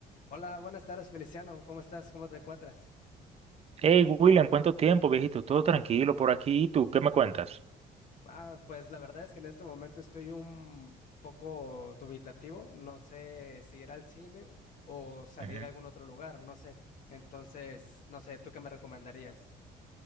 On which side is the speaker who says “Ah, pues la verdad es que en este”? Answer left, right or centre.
Left